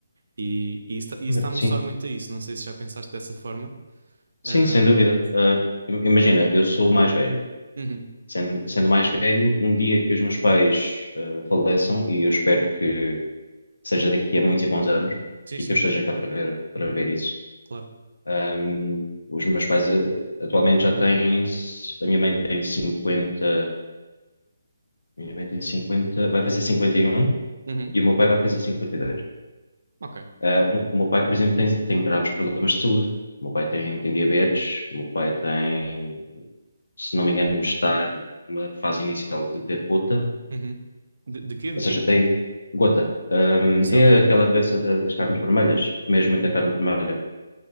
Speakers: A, on the right; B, on the left.
A: E, e isso está-me
B: Sim,
A: a soar muito a isso, não sei se já pensaste dessa forma.
B: Sim,
A: Ahm,
B: sem dúvida. Ah, im- imagina, eu sou o mais velho.
A: uhum,
B: Sendo, sendo o mais velho, um dia que os meus pais ah, faleçam, e eu espero que seja daqui a muitos e bons anos,
A: Sim,
B: e
A: sim,
B: que eu esteja cá para ver, para ver isso.
A: claro.
B: ahm, os meus pais eh, atualmente já têm, s- a minha mãe tem 50, minha mãe tem cinquenta vai fazer cinquenta e um
A: Uhum,
B: e o meu pai vai fazer 52.
A: Ok.
B: Ah, o, o meu pai, por exemplo, tem, tem graves problemas de saúde. O meu pai tem, tem diabetes, o meu pai tem se não me engano, está numa fase inicial de ter gota,
A: Uhum. De, de quê? De
B: ou
A: quê?
B: seja, tem gota. Hum,
A: Isso
B: é
A: é o quê?
B: aquela doença da- das carnes vermelhas, mesmo muita carne vermelha.